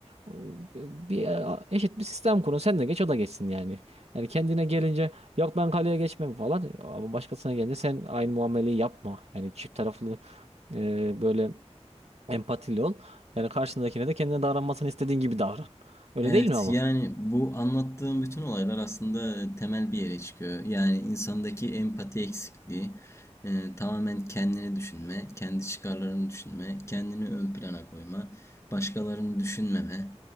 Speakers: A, on the right; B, on the left.
A: e, bir e, eşit bir sistem kurun. Sen de geç o da geçsin yani. Yani kendine gelince yok ben kaleye geçmem falan E, ama başkasına gelince sen aynı muameleyi yapma. Yani çift taraflı e, böyle empatili ol. Yani karşındakine de kendine davranmasını istediğin gibi davran. Öyle
B: Evet
A: değil mi ama?
B: yani bu anlattığım bütün olaylar aslında e, temel bir yere çıkıyor. Yani insandaki empati eksikliği, e, tamamen kendini düşünme, kendi çıkarlarını düşünme, kendini ön plana koyma, başkalarını düşünmeme.